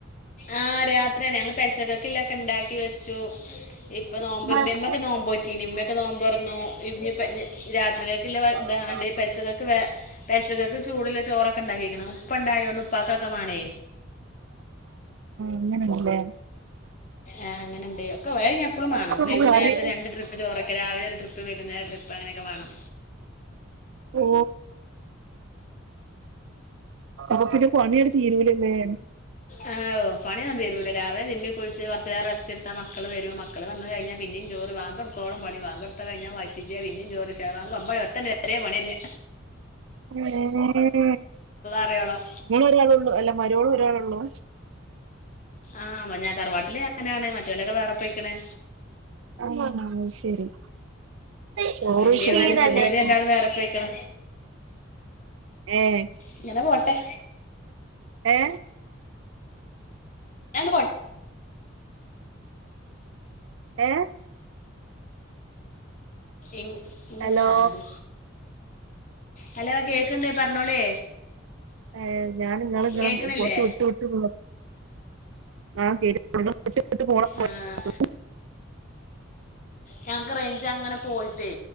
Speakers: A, on the left (about 40°); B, on the right (about 70°).
A: ആഹ് രാത്രിയാണ് ഞങ്ങൾ പൽച്ചക്കക്കിലൊക്കെ ഉണ്ടാക്കി വെച്ചു ഇപ്പൊ നോമ്പോ
B: അത്
A: ഇമ്മൊക്കെ നോമ്പോറ്റീ ഇമ്മയൊക്കെ നോമ്പോന്നു ഇ രാത്രികൊക്ക
B: ആ
A: പെൽച്ചകൾക്ക് വേച്ചകൾക്ക് ചൂടുള്ള ചോറൊക്കെ ഉണ്ടാക്കിരിക്കണം ഉപ്പണ്ടായോണ്ട് ഉപ്പാക്കക്കമാണേ
B: അങ്ങനെല്ലേ
A: ആഹ് അങ്ങനെ ഉണ്ട് ഒക്കെ വ എപ്പഴും വേണം
B: അപ്പൊ
A: വൈകുന്നേരത്തെ
B: കറി
A: രണ്ട് ട്രിപ്പ് ചോറ് ഒക്കെ രാവിലെ ട്രിപ്പ് വൈകുന്നേരം ട്രിപ്പിൾ അങ്ങനൊക്ക വേണം
B: ഓ അപ്പൊ പിന്നെ പണി തീരൂലല്ലേ
A: ഓഹ് പണി ഒന്നും തിരൂല രാവിലെ തിരുമി കുളിച്ച് കുറച്ച് നേരം റെസ്റ്റ് എടുത്തൽ മക്കള് വരും മക്കള് വന്ന കഴിഞ്ഞാ പിന്നെയും ജോ ലി വാങ്ക് കൊടുക്കോള പണി കൊടുത്ത് കഴിഞ്ഞാ വായിപ്പിച്ച പിന്നേം ഇഷ വാങ്ക് എത്ത വരെേ പണി തന്നെ
B: ഏഹ്
A: അറിയോളം
B: നിങ്ങൾ ഒരാളെ ഉള്ളൂ അല്ല മരുമോൾ ഒരാളെള്ളൂ
A: ആഹ് ഞാൻ തറവാട്ടില് ഞാനാണ് മറ്റവരോക്കെ വേറെ പോയിക്കണ്‌
B: അയ്ശരി ചോറ്
A: വല്യ
B: കഴിച്ചോ
A: വല്യോല് രണ്ടാളും വേറെ പോയിക്ക്ണ്
B: ഏഹ്
A: ഇങ്ങനെ പോട്ടെ
B: ഏ
A: ഇങ്ങനെ പോട്ടെ
B: ഏഹ്
A: ഇങ് ഇങ്ങ
B: ഹലോ
A: ആര്ത് ഹലോ കേക്ക്ണ്ട് പറഞ്ഞോളി
B: ആഹ് ഞാൻ ഇങ്ങളെ
A: കേക്ക്ണില്ലേ
B: കൊറച്ച് വിട്ട് വിട്ട് ആഹ് കേ ട്ട് വിട്ട് പോണ പോലെ
A: ആഹ്
B: തോന്നി
A: ഞങ്ങക്ക് റേഞ്ച് അങ്ങനെ പോയിട്ടേ